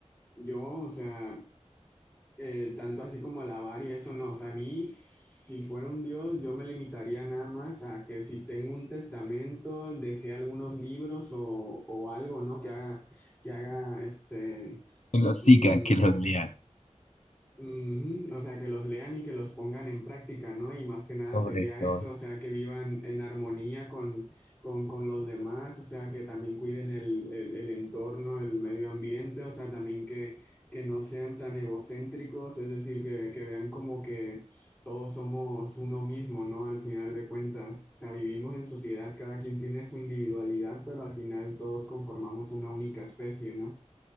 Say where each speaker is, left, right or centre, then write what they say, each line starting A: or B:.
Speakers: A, on the left; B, on the left.
A: yo, o sea eh, tanto así como alabar y eso no. O sea, a mí, si fuera un Dios, yo me limitaría nada más a que si tengo un testamento, dejé algunos libros o, o algo, ¿no? Que haga, que haga este,
B: Que los
A: mm,
B: sigan, que los lean,
A: Ujú, O sea, que los lean y que los pongan en práctica, ¿no? Y más que nada
B: sobre
A: sería
B: todo.
A: eso, o sea, que vivan en armonía con, con, con los demás, o sea, que también cuiden el, el, el entorno, el medio ambiente, o sea, también que, que no sean tan egocéntricos, es decir, que, que vean como que todos somos uno mismo, ¿no? Al final de cuentas, o sea, vivimos en sociedad, cada quien tiene su individualidad, pero al final todos conformamos una única especie, ¿no?